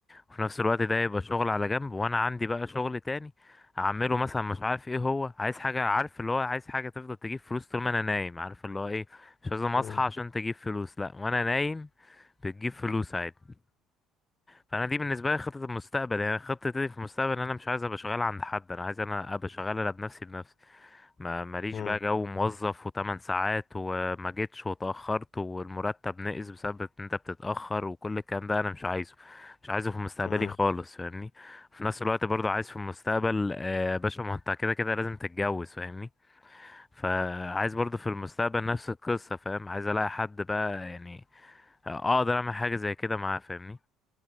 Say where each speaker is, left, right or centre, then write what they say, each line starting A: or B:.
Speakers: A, on the left (about 20°); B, on the left (about 45°).
A: وفي نفس الوقت ده يبقى شغل على جنب وانا عندي بقى شغل تاني اعمله مثلا مش عارف ايه هو عايز حاجة عارف اللي هو عايز حاجة تفضل تجيب فلوس طول ما انا نايم عارف اللي هو ايه مش لازم اصحى
B: مم،
A: عشان تجيب فلوس لا وانا نايم بتجيب فلوس عادي فانا دي بالنسبه لي خطه المستقبل يعني خطتي في المستقبل ان انا مش عايز ابقى شغال عند حد انا عايز انا ابقى شغال انا بنفسي بنفسي ما ماليش
B: مم،
A: بقى جو موظف و8 ساعات وما جيتش واتاخرت والمرتب نقص بسبب ان انت بتتاخر وكل الكلام ده انا مش عايزه مش عايزه في مستقبلي
B: مم.
A: خالص فاهمني في نفس الوقت برضو عايز في المستقبل آه، يا باشا ما انت كده كده لازم تتجوز فاهمني فعايز برضو في المستقبل نفس القصه فاهم عايز الاقي حد بقى يعني آه، اقدر اعمل حاجه زي كده معاه فاهمني